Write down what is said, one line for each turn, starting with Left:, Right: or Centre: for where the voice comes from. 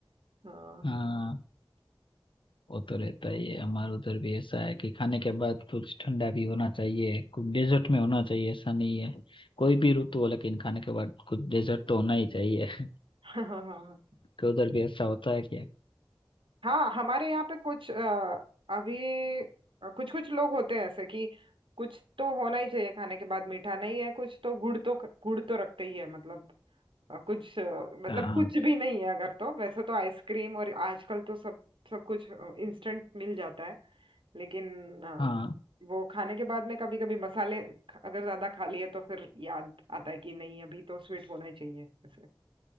Right: हाँ
Left: हाँ। वो तो रहता ही है हमारे उधर भी ऐसा है कि खाने के बाद कुछ ठंडा भी होना चाहिए कुछ डेजर्ट में होना चाहिए ऐसा नहीं है कोई भी ऋतु हो लेकिन खाने के बाद कुछ डेजर्ट तो होना ही चाहिए <laughs>
Right: हाँ <laughs>
Left: कि उधर भी ऐसा होता है क्या
Right: हाँ हमारे यहाँ पे कुछ अ, अभी कुछ कुछ लोग होते हैं ऐसे कि कुछ तो होना ही चाहिए खाने के बाद मीठा नहीं है कुछ तो गुड़ तो गुड़ तो रखते ही है मतलब अ, कुछ अ, मतलब
Left: हाँ
Right: कुछ भी नहीं है अगर तो वैसे तो आइसक्रीम और आजकल तो सब सब कुछ इंस्टेंट मिल जाता है लेकिन अ,
Left: हाँ
Right: वो खाने के बाद में कभी कभी मसाले ख- अगर ज्यादा खा लिए तो फिर याद आता है कि नहीं अभी तो स्वीट होना ही चाहिए ऐसे